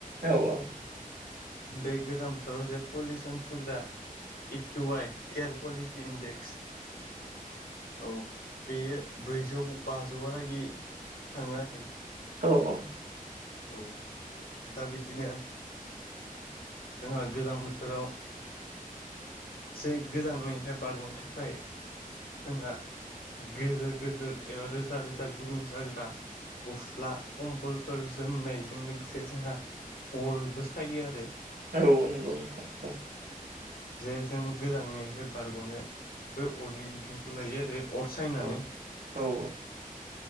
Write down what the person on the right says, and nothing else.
औ औ
औ औ
औ नोंगौ नोंथां औ
औ औ औ